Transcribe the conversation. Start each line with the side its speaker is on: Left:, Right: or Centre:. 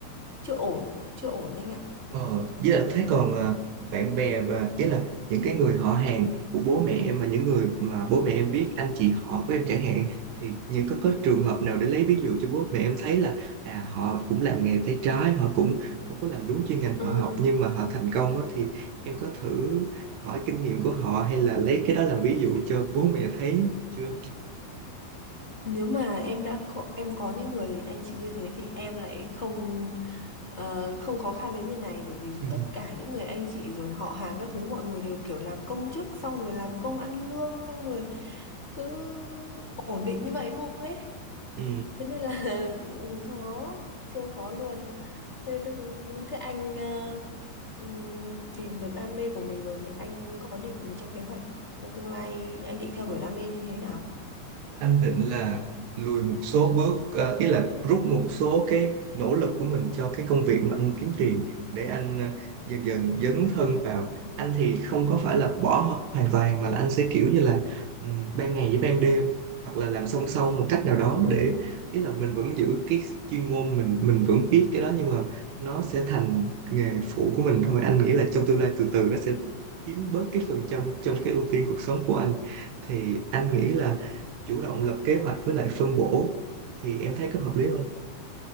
Left: chưa ổn chưa ổn anh ạ
Right: Ờ, với là thế còn à, bạn bè và ý là những cái người họ hàng của bố mẹ em mà những người mà bố mẹ em biết anh chị họ của em chẳng hạn thì những có có trường hợp nào để lấy ví dụ cho bố mẹ em thấy là à họ cũng làm nghề tay trái họ cũng không có làm đúng chuyên ngành họ
Left: ừ
Right: học nhưng mà họ thành công á thì em có thử hỏi kinh nghiệm của họ hay là lấy cái đó làm ví dụ cho bố mẹ thấy chưa?
Left: Nếu mà em đã có em có những người anh chị như thế thì em lại không ờ, không khó khăn đến như này bởi vì
Right: <laughs>
Left: tất cả những người anh chị rồi họ hàng các thứ mọi người đều kiểu làm công chức xong rồi làm công ăn lương xong rồi cứ ổn định như vậy thôi ấy.
Right: Ừ.
Left: Thế nên là <laughs> khó siêu khó luôn. Thế, thế, thế anh ờ, ừm, tìm được đam mê của mình rồi thì anh có định trong kế hoạch trong tương lai anh định theo đuổi đam mê như thế nào?
Right: anh định là lùi một số bước ờ, ý là rút một số cái nỗ lực của mình cho cái công việc mà anh kiếm tiền để anh ờ, dần dần dấn thân vào anh thì không có phải là bỏ hoàn toàn mà là anh sẽ kiểu như là ừm, ban ngày với ban đêm hoặc là làm song song một cách nào đó
Left: Ừ.
Right: để ý là mình vẫn giữ cái chuyên môn mình mình vẫn biết cái đó nhưng mà nó sẽ thành nghề phụ của mình thôi anh nghĩ là trong tương lai từ từ nó sẽ chiếm bớt cái phần trăm trong cái ưu tiên cuộc sống của anh thì anh nghĩ là chủ động lập kế hoạch với lại phân bổ thì em thấy có hợp lý không?